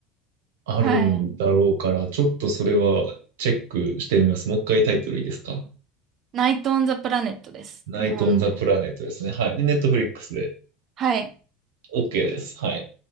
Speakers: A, on the right; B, on the right.
A: があるんだろうから、
B: た。はい。
A: ちょっとそれはチェックしてみます。もう一回タイトルいいですか
B: ナイト・オン・ザ・プラネットです。
A: ナイト・
B: 日本で。
A: オン・ザ・プラネットですね。はい。で、ネットフリックスで
B: はい。
A: OK です。はい。